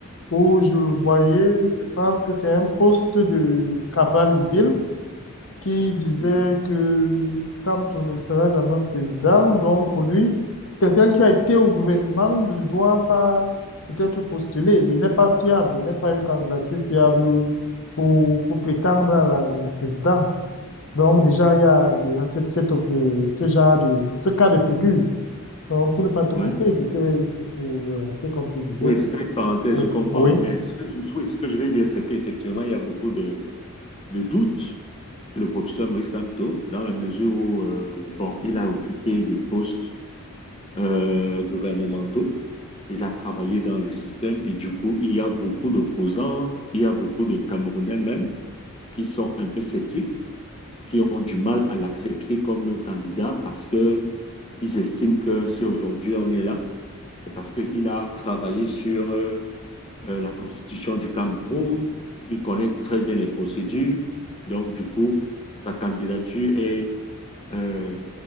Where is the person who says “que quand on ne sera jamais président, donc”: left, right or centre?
Left